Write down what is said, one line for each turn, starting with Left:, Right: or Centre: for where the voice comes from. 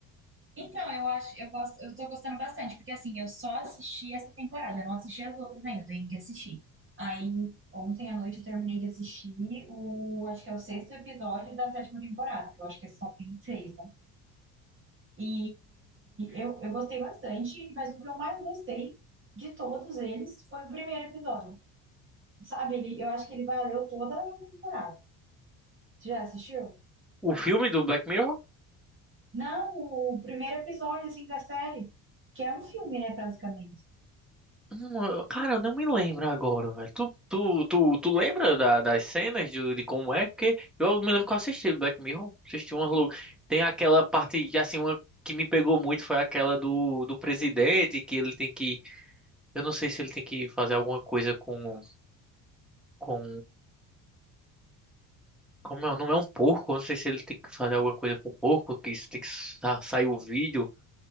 Right: Então, eu acho, eu gosto, eu tô gostando bastante, porque assim, eu só assisti essa temporada, eu não assisti as outras ainda, eu tenho que assistir. Aí, ontem à noite eu terminei de assistir o, acho que é o sexto episódio da sétima temporada, que eu acho que é só tem seis, né? E eu, eu gostei bastante, mas o que eu mais gostei de todos eles foi o primeiro episódio. Sabe, ele, eu acho que ele valeu toda a temporada. Você já assistiu?
Centre: O filme do Black Mirror?
Right: Não, o primeiro episódio, assim, da série, que é um filme, né, basicamente.
Centre: Hum, eu- Cara, eu não me lembro agora, velho. Tu, tu, tu, tu lembra da- das cenas de, de como é? Porque eu me lembro que eu assisti Black Mirror. Assisti umas lou- Tem aquela parte que, assim, uma que me pegou muito foi aquela do, do presidente, que ele tem que. Eu não sei se ele tem que fazer alguma coisa com. com... Como é? o é um porco. Eu não sei se ele tem que fazer alguma coisa com o porco, que isso tem que sa- sair o vídeo.